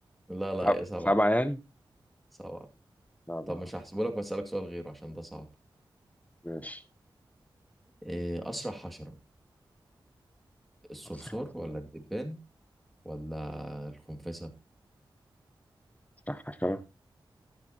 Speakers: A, in the centre; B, on the left.
A: لا لا
B: سب-
A: يا سبعة
B: سبعة يعني
A: سبعة
B: سبعة
A: طب مش هحسبه لك واسالك سؤال غيره عشان ده صعب
B: ماشي
A: إيه، اسرع حشرة الصرصور
B: أسرع
A: ولا الدبان ولا الخنفسة
B: أسرع حاجة